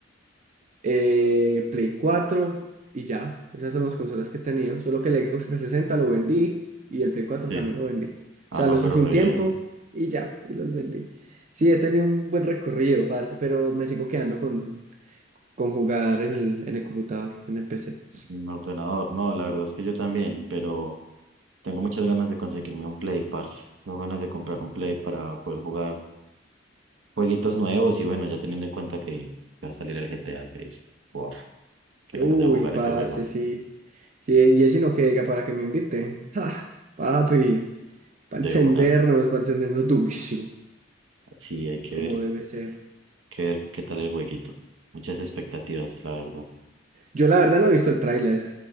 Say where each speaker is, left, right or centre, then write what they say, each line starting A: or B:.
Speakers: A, on the right (about 40°); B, on the right (about 80°).
A: eh, Play cuatro y ya. Esas son las consolas que he tenido. Solo que el Xbox trescientos sesenta lo vendí y el Play cuatro
B: Sí.
A: también lo vendí.
B: Ah,
A: O sea,
B: no,
A: los
B: pero
A: usé
B: re
A: un tiempo
B: bien.
A: y ya, y los vendí. Sí, he tenido un buen recorrido, parce, pero me sigo quedando con, con jugar en el, en el computador, en el PC.
B: Un ordenador. No, la verdad es que yo también, pero tengo muchas ganas de conseguirme un Play, parce. Tengo ganas de comprar un Play para poder jugar jueguitos nuevos y bueno, ya teniendo en cuenta que va a salir el GTA seis Wow, qué
A: Uy,
B: ganas de jugar
A: parce,
B: ese juego
A: sí. Sí, y ese no queda para que me invite. <laughs> ¡Ah! papi, para
B: de
A: encendernos,
B: una.
A: para encendernos durísimo,
B: Sí, hay que
A: como
B: ver,
A: debe ser.
B: que ver qué tal el jueguito. Muchas expectativas, la verdad.
A: Yo la verdad no he visto el tráiler.